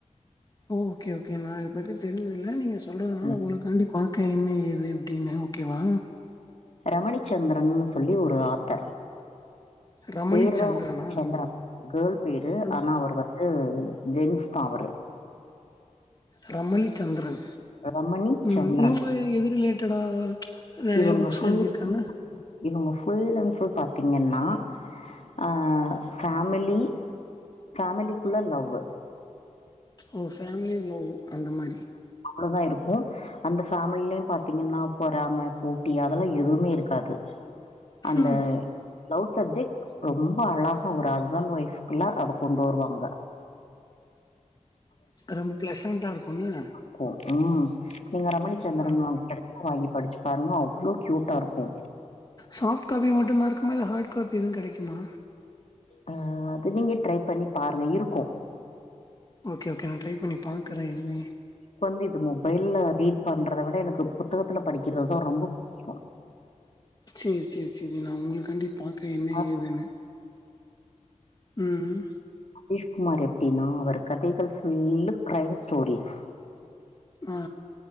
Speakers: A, on the left (about 30°); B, on the left (about 60°).
A: ஒ ஓகே, ஓகே நா இத பத்தி தெரிஞ்சது இல்ல. நீங்க சொல்றதுனால
B: ம்
A: உங்களுக்காண்டி பாக்கே என்ன, ஏது எப் எப்படின்னு ஓகேவா
B: ரமலிச்சந்திரன்னு சொல்லி ஒரு ஆத்தர்.
A: ரமளி
B: பேருதா
A: சந்திரனா
B: ரமலிச்சந்திரன். கேர்ள் பேரு
A: ஆ
B: ஆனா அவர் வந் து ஜென்ஸ் தா அவரு
A: ரமலி சந்திரன்
B: ரமணி
A: ம்
B: சந்திரன்
A: இவங்க எது ரிலேட்டடா நெறைய
B: இவங்க
A: புக்ஸ்லா
B: ஃபுல்
A: எழுதிருக்காங்க
B: இவங்க ஃபுல் அண்ட் ஃபுல் பாத்தீங்கன்னா, அ ஃபேமிலி ஃபேமிலிக்குள்ள லவ்வு
A: ஒ ஃபேமிலி லவ் அந்த மாரி
B: குள்ளதா இருக்கு அந்த ஃபேமில்லியு பாத்தீங்கன்னா பொறம, போட்டி அதெல்லா எதுவுமே இருக்காது. அந்த
A: ம்
B: லவ் சப்ஜெக்ட் ரொம்ப அழகா ஒரு ஹஸ்பண்ட் ஒய்ஃபுக்குள்ள, அத கொண்டு வருவாங்க.
A: ரொம்ப பிளசன்டா இருக்கும்ல.
B: கு ம் நீங்க ரமலிச்சந்திரன்
A: ஆ
B: அவுங்க புக் கெடச்சா வாங்கி படிச் பாருங்கா, அவ்ளோ கியூட்டா இருக்கு
A: சாஃப்ட் காபி மட்டு தா இருக்குமா? இல்ல ஹார்ட் காபி எதுவு கெடைக்குமா?
B: அ அது நீங்க ட்ரை பண்ணி பாருங்க இருக்கு.
A: ஓகே ஓகே நா ட்ரை பண்ணி பாக்குறே என்ன
B: தம்பி இது மொபைல்ல ரீட் பண்றத விட எனக்கு புத்தகத்துல படிக்கிறதுதான் ரொம்ப புடிக்கும்.
A: செரி செரி செரி நான் உங்களுக்காண்டி பாக்க என்ன
B: ஆ
A: ஏதுன்னு ம்
B: ஹரிஷ் குமார் எப்டின்னா அவர் கதைகள் புல்லா கிரைம் ஸ்டோரிஸ்
A: ஆ